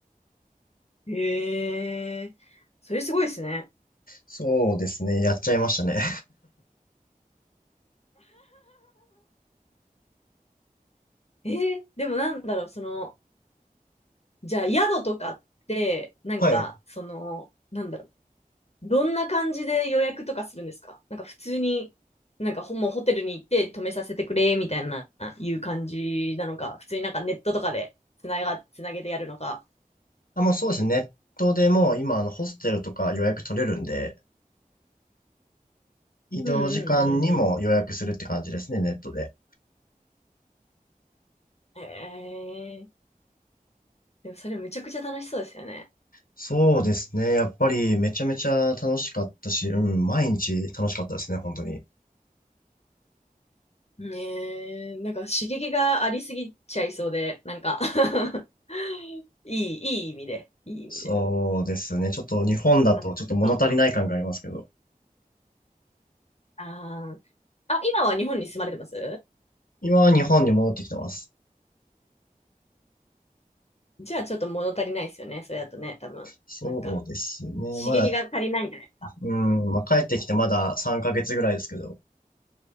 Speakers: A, on the left; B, on the left.
A: ええそれすごいですね。
B: そうですね。やっちゃいましたね。
A: ええでもなんだろう、その、じゃあ宿とかって、なんか、
B: <laughs> はい。
A: その、なんだろうどんな感じで予約とかするんですかなんか普通に、なんかほもうホテルに行って泊めさせてくれ、みたいな、いう感じなのか、普通になんかネットとかでつなが、つなげてやるのか。
B: あ、もうそうですね。ネットでもう今、あの、ホステルとか予約取れるんで、移動時間にも予約するって感じですね、
A: うんうんうんう
B: ネットで。
A: ん。へえでもそれめちゃくちゃ楽しそうですよね。
B: そうですね。やっぱりめちゃめちゃ楽しかったし、うん、毎日楽しかったですね、本当に。
A: ねえ、なんか刺激がありすぎちゃいそうで、なんか <laughs> いい、いい意味で、いい意味で。
B: そうですね。ちょっと日本だとちょっと物足りない感がありますけど、
A: なんかそうあーあ、今は日本に住まれてます
B: 今は日本に戻ってきてます。
A: じゃあちょっと物足りないですよね、それだとね、多分。
B: そうですね。
A: なんか。刺激が足りないんじゃないですか。
B: まだ、うん、まあ、帰ってきてまだ3ヶ月ぐらいですけど、